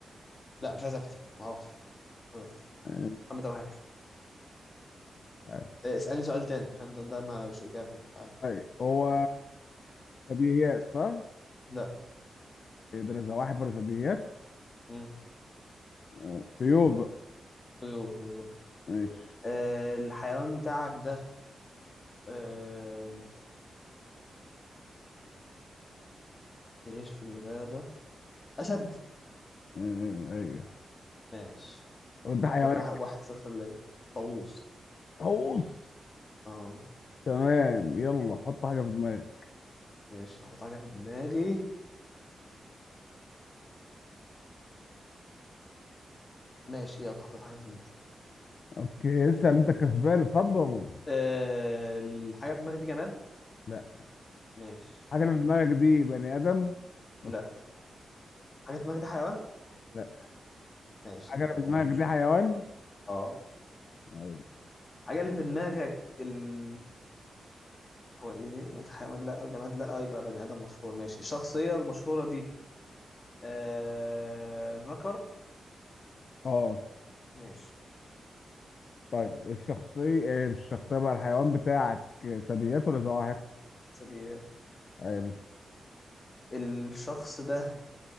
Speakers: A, on the left; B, on the left.
A: لا مش عايز أفتي معرفش مش عايز أفتي
B: آه،
A: أنا ما توهكش
B: مش عارف
A: أه، اسألني سؤال تاني عشان ده, ده ملوش إجابة يعني عارف.
B: طيب هو ثدييات صح
A: لا
B: يقدر زواحف ولا ثدييات
A: مم.
B: آه، طيور بقى
A: طيور بالظبط
B: ماشي
A: أه، الحيوان بتاعك ده أم، بيعيش في الغابة أسد
B: آه، ايوه
A: ماشي
B: طب ده حيوان
A: يبقى كده واحد صفر ليا طاووس
B: طاووس
A: اه
B: تمام يلا حط حاجه في دماغك
A: ماشي هحط حاجة في دماغي ماشي يلا حطيت حاجة في دماغي
B: اوكي اسال انت كسبان اتفضل
A: أه الحاجة في دماغي دي جماد
B: لا
A: ماشي
B: حاجه اللي في دماغك دي بني ادم مش
A: لا حاجة في دماغي دي حيوان
B: لا
A: ماشي
B: حاجه
A: يبقى
B: اللي
A: بني
B: في دماغك
A: آدم مش
B: دي حيوان
A: اه
B: أيوة.
A: الحاجة اللي في دماغك ال... هو ايه ده؟ انا قلت حيوان لا الجماد لا آه، يبقى بني آدم مشهور ماشي الشخصية المشهورة دي أه... ذكر
B: اه
A: ماشي
B: طيب الشخصية آه، مش الشخصية بقى الحيوان بتاعك ثدييات ولا زواحف؟
A: بس دي
B: آه،
A: الشخص ده